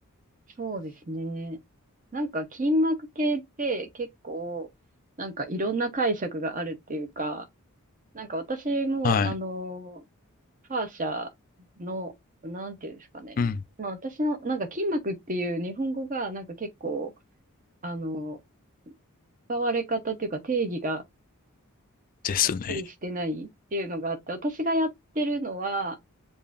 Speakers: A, on the right (about 35°); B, on the left (about 40°).
A: そうですね。なんか筋膜系って結構、なんかいろんな解釈があるっていうか、なんか私も、
B: はい。
A: あの、ファーシャの、なんていうんですかね。
B: うん。
A: まあ私の、なんか筋膜っていう日本語がなんか結構、あの、使われ方っていうか定義が
B: ですね。
A: はっきりしてないっていうのがあって、私がやってるのは、